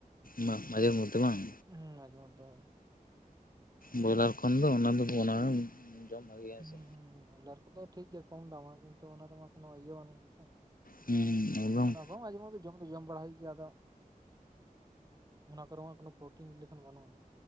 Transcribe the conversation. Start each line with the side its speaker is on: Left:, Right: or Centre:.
Left: ᱢᱟᱜ ᱢᱟᱡᱷᱮ ᱢᱚᱫᱽᱫᱷᱮ ᱵᱟᱝ
Right: ᱦᱩᱸ ᱢᱟᱡᱷᱮ ᱢᱚᱫᱽᱫᱷᱮ
Left: ᱵᱚᱭᱞᱟᱨ ᱠᱷᱚᱱ ᱫᱚ ᱚᱱᱟ ᱫᱚ ᱚᱱᱟ ᱡᱚᱢ ᱵᱷᱟᱜᱮᱭᱟ
Right: ᱦᱩᱸ
Left: ᱦᱮᱸᱥᱮ
Right: ᱦᱩᱸ ᱵᱚᱭᱞᱟᱨ ᱠᱚᱫᱚ ᱴᱷᱤᱠ ᱜᱮᱭᱟ ᱠᱚᱢ ᱫᱟᱢᱟ ᱠᱤᱱᱛᱩ ᱚᱱᱟ ᱨᱮᱢᱟ ᱠᱳᱱᱳ ᱤᱭᱟᱹ ᱵᱟᱹᱱᱩᱜ ᱜᱮᱥᱮ
Left: ᱦᱩᱸ ᱮᱠᱫᱚᱢ
Right: ᱦᱚᱭ ᱢᱟᱡᱷᱮ ᱢᱚᱫᱽᱫᱷᱮ ᱡᱚᱢ ᱫᱚ ᱡᱚᱢ ᱵᱟᱲᱟᱭ ᱦᱩᱭᱩᱜ ᱜᱮᱭᱟ ᱟᱫᱚ ᱚᱱᱟ ᱠᱚᱨᱮ ᱢᱟ ᱠᱳᱱᱳ ᱯᱨᱳᱴᱤᱱ ᱞᱮᱠᱟᱱ ᱵᱟᱹᱱᱩᱜᱼᱟ ᱱᱤᱡ